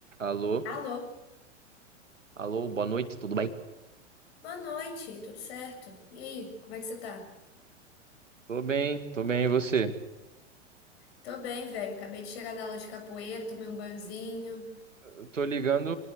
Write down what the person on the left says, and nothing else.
Alô,
boa noite, tudo certo? E aí, como é que você tá?
Tô bem, velho. Acabei de chegar da aula de capoeira, tomei um banhozinho.